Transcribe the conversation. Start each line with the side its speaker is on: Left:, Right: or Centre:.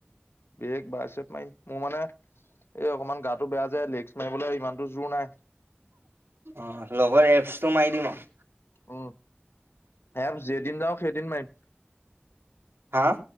Left: বেক বাইছেপ মাৰিম মোৰ মানে। এই অকনমান গাটো বেয়া যে লেগছ মাৰিবলৈ ইমানতো জোৰ নাই
Right: অঁ লগৰ এপচটো মাৰি দিম আওঁ।
Left: উ এপছ যেইদিন যাওঁ সেইদিন মাৰিম
Right: হাঁ